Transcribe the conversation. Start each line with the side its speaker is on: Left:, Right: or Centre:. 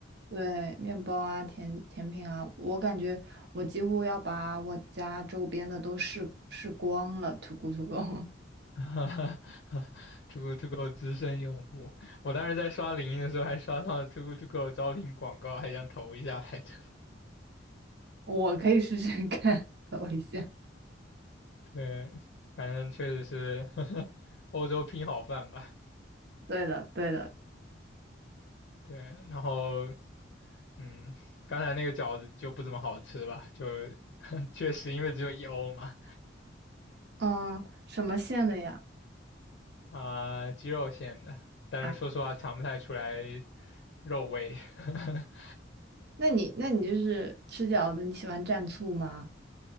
Right: 对，面包啊，甜甜品啊，我感觉我几乎要把我家周边的都试试光了土狗土狗，
Left: <laughs> 哈哈哈 t o g o To Go 资深用户，我当时在刷领英的时候还刷到了 t o g o To Go 招聘广告，还想投一下来着。
Right: <laughs> 我可以试试看，<laughs> 等我一下。
Left: <laughs> 对，反正确实是 <laughs> 欧洲拼好饭吧。
Right: 对的，对的，
Left: 对，然后嗯，刚才那个饺子就不怎么好吃吧，就 <laughs> 确实因为只有一欧嘛，
Right: 嗯，什么馅的呀？
Left: 啊、鸡肉馅的，但是说实话尝不太出来
Right: 啊，
Left: 肉味。<laughs>
Right: 那你那你就是吃饺子，你喜欢蘸醋吗？